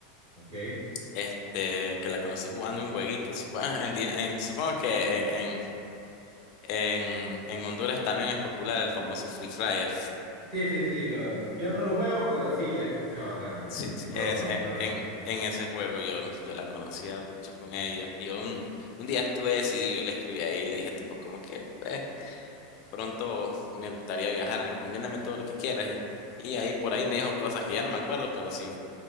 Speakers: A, on the right; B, on the left.
A: Ok.
B: este, que la conocí jugando un jueguito. Supongo, en di- en- supongo que en, en, en- en Honduras también es popular el famoso Free Fire.
A: Sí, sí, sí, lo, yo no lo juego, pero sí he escuchado hablar del,
B: Sí,
A: del
B: sí,
A: juego
B: es,
A: como
B: eh,
A: tal.
B: en, en ese juego yo, yo la conocí, hablo mucho con ella. Y yo un, un día estuve decidido, yo le escribí ahí, le dije tipo como que, ve, pronto me gustaría viajar, recomiéndame todo lo que quieras. Y, y ahí por ahí me dijo cosas que ya no me acuerdo, pero sí.